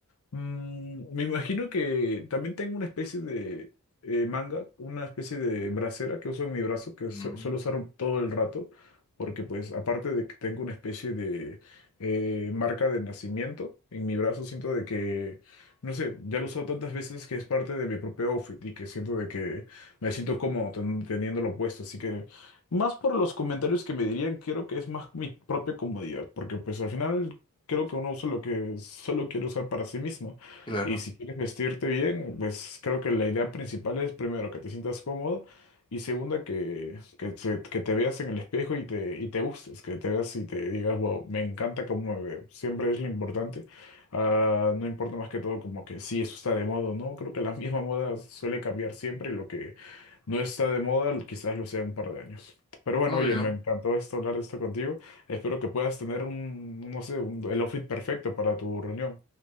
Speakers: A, on the left; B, on the left.
A: Mm, me imagino que también tengo una especie de eh, manga, una especie de bracera que uso en mi brazo, que
B: mm,
A: su- suelo usar todo el rato, porque pues aparte de que tengo una especie de eh, marca de nacimiento en mi brazo, siento de que, no sé, ya lo he usado tantas veces que es parte de mi propio outfit y que siento de que me siento cómodo ten- teniéndolo puesto, así que más por los comentarios que me dirían, creo que es más mi propia comodidad, porque pues al final Creo que uno usa lo que solo quiere usar para sí mismo.
B: claro,
A: Y si quieres vestirte bien, pues creo que la idea principal es primero que te sientas cómodo y segunda que, que, se- que te veas en el espejo y te, y te gustes, que te veas y te digas, wow, me encanta cómo me veo. Siempre es lo importante. Ah, no importa más que todo como que si eso está de moda o no. Creo que la <laughs> misma moda suele cambiar siempre y lo que no está de moda, quizás lo sea en un par de años. Pero bueno,
B: obvio.
A: oye, me encantó esto, hablar de esto contigo. Espero que puedas tener un, no sé, un- el outfit perfecto para tu reunión.